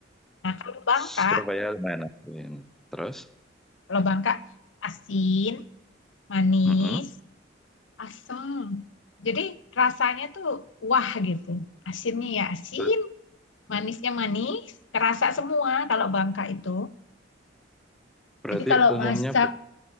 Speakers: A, on the left; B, in the centre.
A: Nah, kalau Bangka,
B: Surabaya lumayan asin. Terus,
A: kalau Bangka asin, manis,
B: Mm-mm.
A: asem. Jadi rasanya tuh wah gitu. Asinnya ya asin,
B: Ber-
A: manisnya manis, terasa semua kalau Bangka itu.
B: berarti
A: Jadi kalau
B: umumnya
A: masak
B: bu-